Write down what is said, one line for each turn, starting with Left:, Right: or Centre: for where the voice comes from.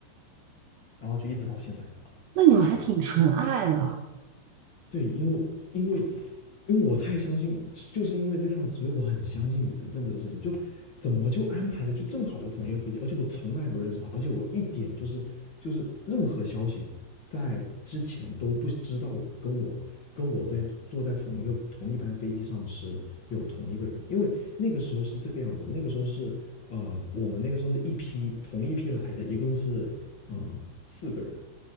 Left: 然后就一直到现在。
Right: 那你们还挺纯爱的
Left: 就这样。对，因为因为因为我太相信，就是因为这样子，所以我很相信缘分这个事情。就怎么就安排的就正好就同一个飞机，而且我从来不认识他，而且我一点就是就是任何消息在之前都不知道跟我跟我在坐在同一个同一班飞机上是有同一个人，因为那个时候是这个样子，那个时候是呃我们那个时候是一批同一批来的，一共是呃四个人，